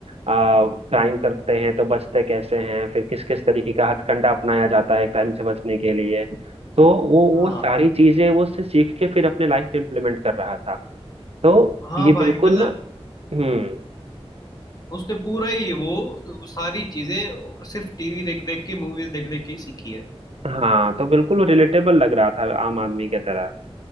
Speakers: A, on the right; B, on the left.
A: आ, क्राइम करते हैं तो बचते कैसे हैं फिर किस किस तरीके का हथकंडा अपनाया जाता है क्राइम से बचने के लिए तो वो
B: हाँ
A: वो सारी चीजें वो उससे सीख के फिर अपने लाइफ में इम्प्लीमेंट कर रहा था तो
B: हाँ
A: ये
B: भाई
A: बिल्कुल
B: मतलब
A: हम्म
B: उसने पूरा ही वो सारी चीजें सिर्फ टीवी देख देख के मूवीज देख देख के ही सीखी है
A: हाँ तो बिल्कुल रिलेटेबल लग रहा था आम आदमी के तरह